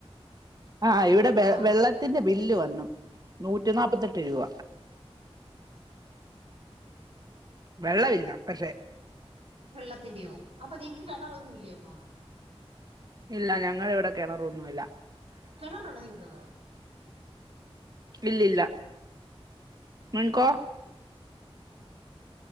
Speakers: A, on the right (about 40°); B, on the right (about 65°).
A: ആ ഇവിടെ വെ
B: ആ
A: വെള്ളത്തിന്റെ ബില്ല് വന്നു. നൂറ്റി നാൽപ്പത്തെട്ട് രൂപ. വെള്ളവില്ല പക്ഷെ
B: വെള്ളത്തിന്റെയോ? അപ്പൊ നിങ്ങക്ക് കെണറൊന്നുവില്ലേ അപ്പം.
A: ഇല്ലഞങ്ങളിവിടെ കിണറൊന്നുല്ല
B: കിണറുള്ളത് <unintelligible>
A: ഇല്ലില്ല മൺകോ